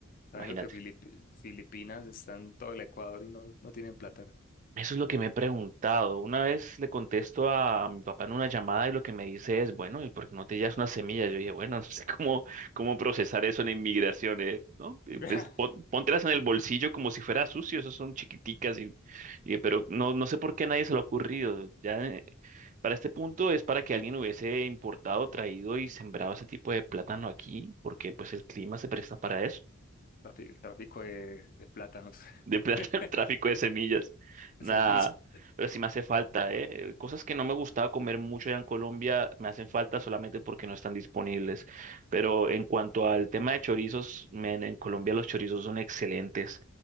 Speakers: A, on the left (about 45°); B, on the right (about 35°).
A: Sabiendo
B: imagínate.
A: que Filip- Filipinas está en todo el Ecuador y no, no tienen plátano.
B: Eso es lo que me he preguntado. Una vez le contesto a, a mi papá en una llamada y lo que me dice es, bueno, ¿y por qué no te llevas unas semillas? Yo dije, bueno, <laughs> no sé cómo, cómo procesar eso en inmigración, ¿eh? ¿No? Eh,
A: <laughs>
B: Pues pon- póntelas en el bolsillo como si fuera sucio, esas son chiquiticas, y, y- pero no, no sé por qué a nadie se le ha ocurrido. Ya, eh, para este punto es para que alguien hubiese importado, traído y sembrado ese tipo de plátano aquí, porque pues el clima se presta para eso.
A: Trafi- El tráfico de, de plátanos,
B: De
A: <laughs>
B: plata,
A: de
B: <laughs> tráfico de semillas. Nada.
A: semillas.
B: Pero sí me hace falta, ¿eh? Cosas que no me gustaba comer mucho allá en Colombia me hacen falta solamente porque no están disponibles. Pero en cuanto al tema de chorizos, men, en Colombia los chorizos son excelentes.